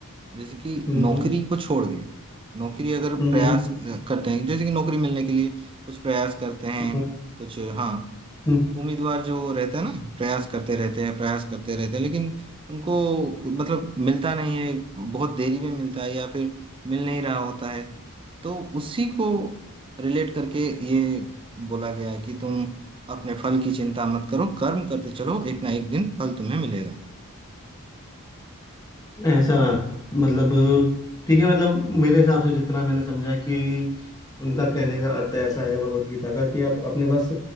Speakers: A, on the right (about 25°); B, on the left (about 15°).
A: जैसे कि
B: हम्म
A: नौकरी को छोड़ के नौकरी अगर
B: हम्म
A: प्रयास अ, करते हैं जैसे कि नौकरी मिलने के लिए कुछ प्रयास करते हैं
B: हम्म,
A: कुछ हाँ
B: हम्म,
A: उम्मीदवार जो रहता है ना प्रयास करते रहते हैं प्रयास करते रहते हैं लेकिन उनको मतलब मिलता नहीं है बहुत देरी में मिलता है या फिर मिल नहीं रहा होता है तो उसी को रिलेट करके ये बोला गया है कि तुम अपने फल की चिंता मत करो कर्म करते चलो एक ना एक दिन फल तुम्हें मिलेगा
B: ऐसा
A: तो
B: मतलब ठीक है मतलब मेरे हिसाब से जितना मैंने समझा कि उनका कहने का अर्थ ऐसा है भगवत गीता का कि आप अपने बस